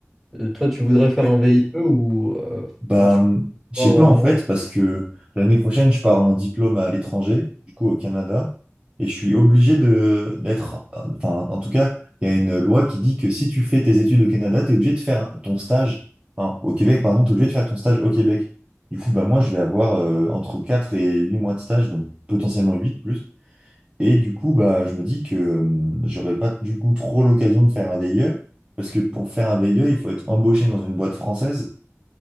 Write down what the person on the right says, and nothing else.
Ouais.
Bah,
je
sais
pas en
fait, parce que l'année prochaine, je pars en diplôme à l'étranger, du coup au Canada, et je suis obligé de d'être, enfin, en tout cas, il y a une loi qui dit que si tu fais tes études au Canada, t'es obligé de faire ton stage, enfin, au Québec, pardon, t'es obligé de faire ton stage au Québec. Du coup, bah, moi, je vais avoir euh, entre 4 et 8 mois de stage, donc potentiellement 8 plus. Et du coup, bah, je me dis que euh, j'aurais pas du coup trop l'occasion de faire un VIE, parce que pour faire un VIE, il faut être embauché dans une boîte française